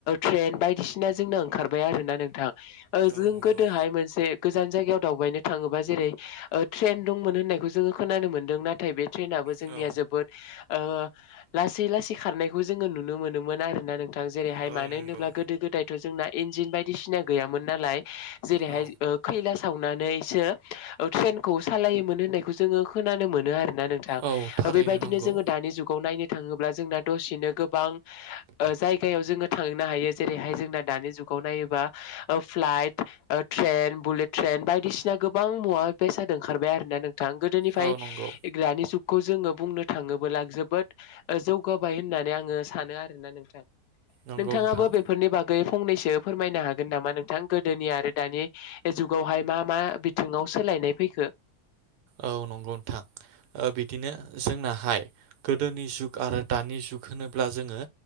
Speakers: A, on the left; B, on the right.
A: ट्रेन बायदिसिना जोंनो ओंखारबाय आरो ना नोंथां। ओ जों
B: औ नंगौ
A: गोदोहाय मोनसे गोजान जायगायाव दावबायनो थाङोबा जेरै ट्रेन दंमोन होननायखौ जोङो खोनानो मोनदों नाथाय बे ट्रेनाबो जोंनिया
B: औ
A: जोबोद ओ लासै लासै खारनायखौ जोङो नुनो मोनोमोन आर ना नों जेरैहाय
B: औ नंगौ औ
A: मानो
B: नंगौ
A: होनोब्ला गोदो गोदायथ' जोंना इन्जिन बायदिसिना गैयामोन नालाय जेरैहाय
B: औ
A: ओ खैला सावनानैसो औ ट्रेनखौ सालायोमोन होननायखौ जोङो खोनानो मोनो आरो। ना नोंथां
B: औ थारैनो
A: बेबायदिनो
B: नंगौ
A: जोङो दानि जुगाव नायनो थाङोब्ला जोंना दसेनो गोबां जायगायाव जोङो थांनो हायो जेरैहाय जोंना दानि जुग खौ नायोबा फ्लाइट ट्रेन बुलेट ट्रेन बायदिसिना गोबां मुवा बेस जादों ओंखारबाय आरोना नों थां गोदोनिफ्राय
B: औ नंगौ
A: ग्रानि जुग खौ जोङो बुंनो थाङोबला जोबोद जौगाबाय होननानै आङो सानो आरोना नोंथां।
B: नंगौ
A: नोंथाङाबो
B: नोंथां
A: बेफोरनि बागै फंनैसो फोरमायनो हाग नामा नोंथां? गोदोनि आरो दानि जुगावहाय मा मा बिथिङाव सोलायनाय फैखो?
B: औ नंगौ नथां। बिदिनो जोंनाहाय गोदोनि जुग आरो दानि जुग होनोब्ला जोङो